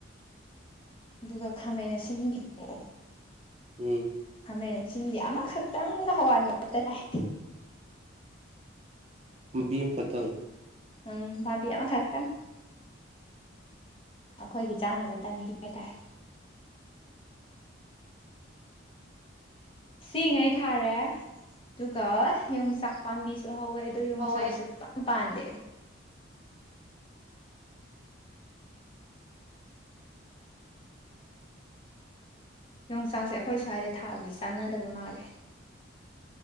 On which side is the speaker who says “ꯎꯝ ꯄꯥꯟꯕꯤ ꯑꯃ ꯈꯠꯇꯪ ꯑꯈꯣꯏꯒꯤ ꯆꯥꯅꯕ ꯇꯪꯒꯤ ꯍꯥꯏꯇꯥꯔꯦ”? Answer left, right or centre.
Left